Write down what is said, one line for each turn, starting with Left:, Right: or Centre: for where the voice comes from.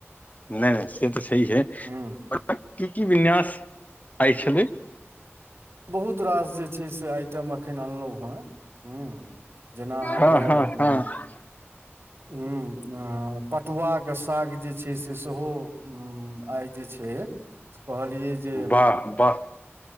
Left: नई नई से तऽ छाईहे
Right: हुँ
Left: की की विन्यास आइ छलै
Right: बहुत रास जे छै से आइटम एखन अनलहुँ हेँ हू जेना अहाँके
Left: हँ हँ
Right: अ
Left: हँ
Right: ह पटुआ के साग जे छै से सेहो हूँ आइ जे छै से कहलियै जे
Left: वाह वाह